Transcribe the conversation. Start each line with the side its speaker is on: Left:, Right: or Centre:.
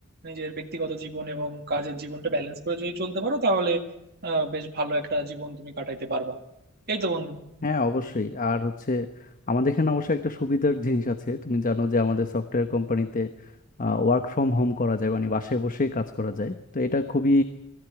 Right: নিজের ব্যক্তিগত জীবন এবং কাজের জীবনটা ব্যালেন্স করে যদি চলতে পারো তাহলে আহ বেশ ভালো একটা জীবন তুমি কাটাইতে পারবা এই তো বন্ধু
Left: হ্যাঁ অবশ্যই আর হচ্ছে আমাদের এখানে অবশ্য একটা সুবিধার জিনিস আছে তুমি জানো যে আমাদের সফটওয়্যার কোম্পানিতে ওয়ার্ক ফ্রম হোম করা যায় মানে বাসায় বসে কাজ করা যায় তো এটা খুবই